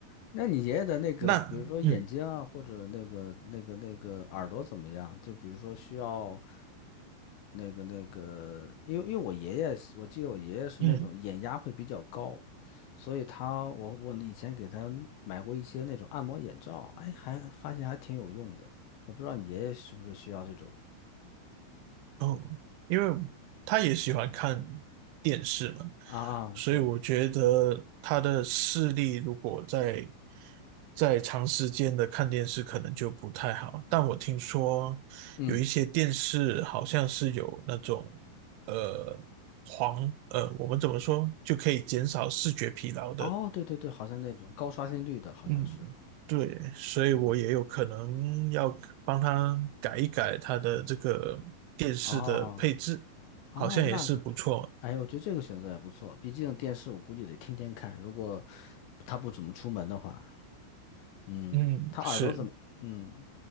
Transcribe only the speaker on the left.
那你爷爷的那个，
比如说眼睛啊，或者那个那个那个耳朵怎么样？就比如说需要那个那个，因为因为我爷爷，我记得我爷爷是那种眼压会比较高，
所以他我我以前给他买过一些那种按摩眼罩，哎，还发现还挺有用的。我不知道你爷爷是不是需要这种
啊啊，
对，
嗯，
哦，对对对，好像那种高刷新率的，好像是，
对对。哦，哦，
那个，哎，我觉得这个选择也不错，毕竟电视我估计得天天看，如果他不怎么出门的话，嗯，
他耳朵怎么，
嗯，